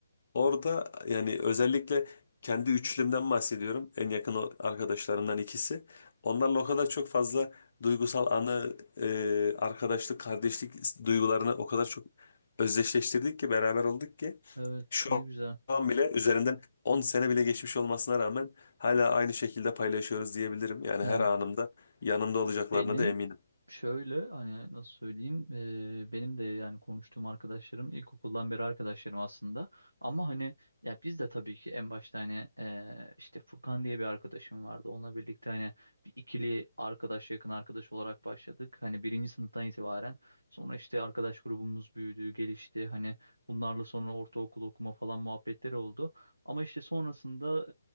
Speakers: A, on the left; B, on the right.
A: orada yani özellikle kendi üçlümden bahsediyorum. En yakın o arkadaşlarımdan ikisi. Onlarla o kadar çok fazla duygusal anı, e, arkadaşlık, kardeşlik duygularını o kadar çok özdeşleştirdik ki beraber olduk ki
B: Evet
A: şu
B: ne güzel.
A: an bile üzerinden 10 sene bile geçmiş olmasına rağmen hala aynı şekilde paylaşıyoruz diyebilirim. Yani
B: Yani
A: her anımda yanımda olacaklarına
B: benim
A: da eminim.
B: şöyle hani nasıl söyleyeyim eee, benim de yani konuştuğum arkadaşlarım ilkokuldan beri arkadaşlarım aslında ama hani ya biz de tabii ki en başta hani eee, işte Furkan diye bir arkadaşım vardı onunla birlikte hani bir ikili arkadaş yakın arkadaş olarak başladık hani birinci sınıftan itibaren sonra işte arkadaş grubumuz büyüdü gelişti hani bunlarla sonra ortaokul okuma falan muhabbetleri oldu ama işte sonrasında